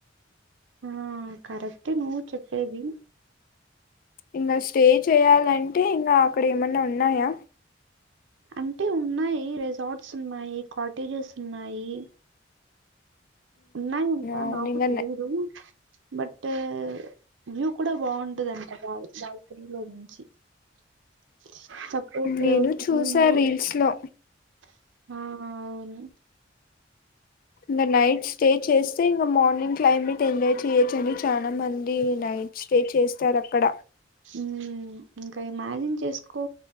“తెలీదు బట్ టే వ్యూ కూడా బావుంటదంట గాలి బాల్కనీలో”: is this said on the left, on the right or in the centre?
Right